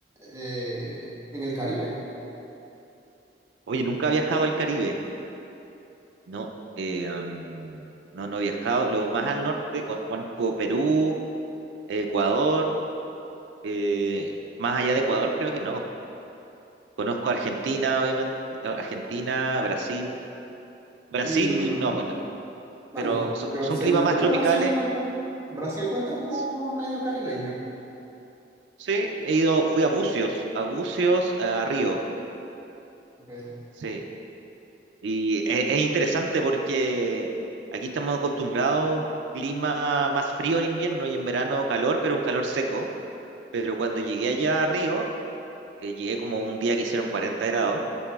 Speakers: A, on the right; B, on the right.
A: eh, en el Caribe.
B: Oye, nunca ha viajado al Caribe. No, eh, am, no, no he viajado. Lo más al norte, con- conozco Perú, Ecuador. eh, más allá de Ecuador, creo que no. Conozco Argentina, obviamente, a- Argentina, Brasil. Brasil,
A: Y en-
B: no, bueno,
A: bueno,
B: pero son,
A: yo,
B: son
A: según
B: climas más
A: yo,
B: tropicales.
A: Brasil cuenta. Brasil cuenta como
B: S-
A: medio caribeño.
B: Sí, he ido, fui a Bucios, a Bucios, a Río.
A: Okay.
B: Sí, y e- es, interesante porque aquí estamos acostumbrados a un clima más frío en invierno y en verano calor, pero un calor seco. Pero cuando llegué allá a Río, eh, llegué como un día que hicieron 40 grados,